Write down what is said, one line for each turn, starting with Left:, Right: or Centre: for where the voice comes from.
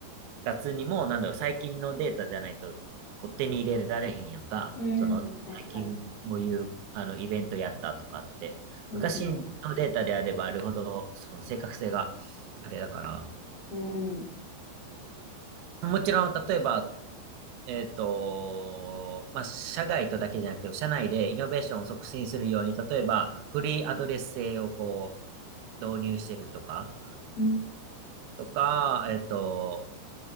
Right: 立つにも、なんだろう、最近のデータじゃないと、こう手に入れられへんやんか、
Left: うん、
Right: その、最近こういう、
Left: 確かに。
Right: あの、イベントやったとかって、
Left: うん、
Right: 昔のデータであればあるほど、
Left: うん、
Right: その正確性があれだから、
Left: うん、
Right: もちろん、例えば、えっと、まあ、社外とだけじゃなくて、社内でイノベーションを促進するように、例えば、フリーアドレス制をこう、導入してるとか、
Left: うん。
Right: とか、えっと、